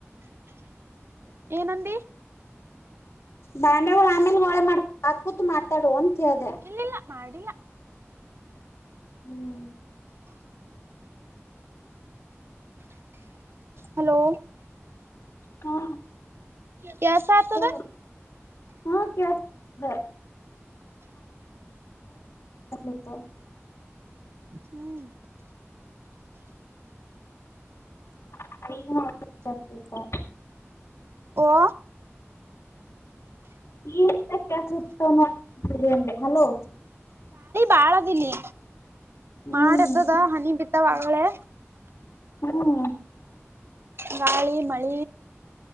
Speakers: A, on the right; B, on the left.
A: ಏನಡಿ
B: ಬಂಡೆಳ ಆಮೇಲೆ ಹೋಳೆ ಮಾಡಾ ಕೂತ್ ಮಾತಾಡು ಅಂತ ಹೇಳ್ದ
A: ಇಲ್ಲಿಲ್ಲ ಮಾಡಿಲ್ಲ
B: ಹ್ಮ್
A: ಹಲೋ
B: ಹಾ
A: ಕ ಸಾ
B: ಹೇಳು
A: ದ
B: ಹಾ ಕ <inaudible>
A: ಹ್ಮ್
B: <inaudible>
A: ಹ.
B: <unintelligible>
A: ಕಾಳದಲಿ
B: ಹ್ಮ್
A: ಮಾಡ ಇದ್ದದ ಹನಿ ಬಿದ್ದವ ಆಗಳೇ.
B: ಹ್ಮ್.
A: ಗಾಳಿ ಮಳಿ.